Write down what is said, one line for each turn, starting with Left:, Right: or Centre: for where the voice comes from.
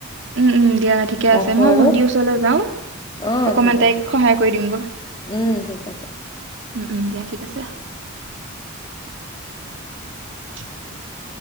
Right: উম উম দিয়া ঠিকে
Left: ৰাখো
Right: আছে মই
Left: আৰু
Right: ভণ্টিৰ ওচৰলৈ যাও
Left: অ
Right: অকমান
Left: ঠিক
Right: তাইক
Left: আছে
Right: সহায় কৰি দিম গ
Left: উম ঠিক আছে
Right: উম উম দিয়া ঠিক আছে <inaudible>